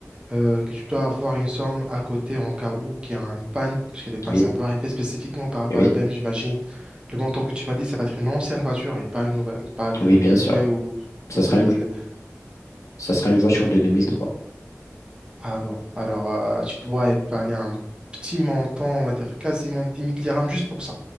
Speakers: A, on the right; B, on the left.
A: euh, que tu dois avoir une somme à côté en cas où qu'il y a une panne, puisque les pannes
B: oui,
A: ça peut arriver spécifiquement par rapport
B: oui,
A: à la BM, j'imagine. Le montant que tu m'as dit, ça va être une ancienne voiture et pas une nouvelle, pas le
B: oui, bien
A: W
B: sûr.
A: ou,
B: Ça
A: ou
B: sera
A: 2000.
B: une, ça sera une voiture de 2003.
A: Ah bon, alors euh, tu dois épargner un petit montant, on va dire quasiment dix mille dirhams juste pour ça,